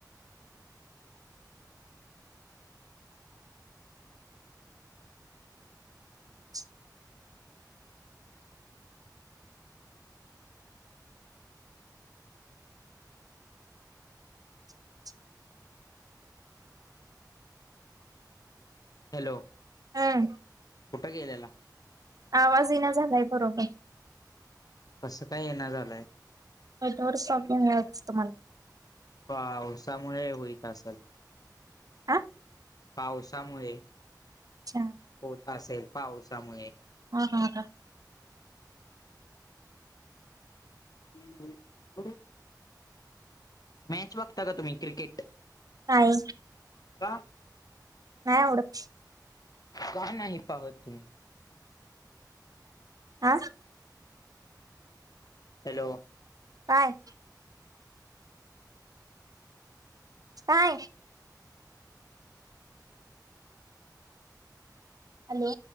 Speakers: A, on the right (about 55°); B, on the left (about 55°).
A: <inaudible> <inaudible>
B: हॅलो.
A: हम्म
B: कुठं गेलेला
A: आवाज ईना झालाय बरोबर.
B: कसं काय इना झालाय?
A: नेटवर्क सापडून आज तुम्हाला.
B: पावसामुळे होईत असल.
A: हा
B: पाऊस त्यामुळे
A: अच्छा
B: होत असेल पावसामुळे.
A: हा हा का.
B: <unintelligible> <unintelligible> मॅच बघता का तुम्ही क्रिकेट?
A: नाही
B: का?
A: नाय आवडत.
B: का नाही पाहत तुम्ही?
A: आं?
B: हॅलो
A: काय? काय? हॅलो.